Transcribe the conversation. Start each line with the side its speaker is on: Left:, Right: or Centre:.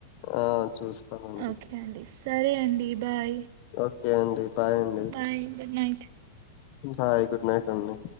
Left: ఆ! చూస్తానండి.
Right: ఓకే అండి సరే అండి బాయ్,
Left: ఓకే అండి బాయ్ అండి
Right: bye good night.
Left: Bye good night అండి.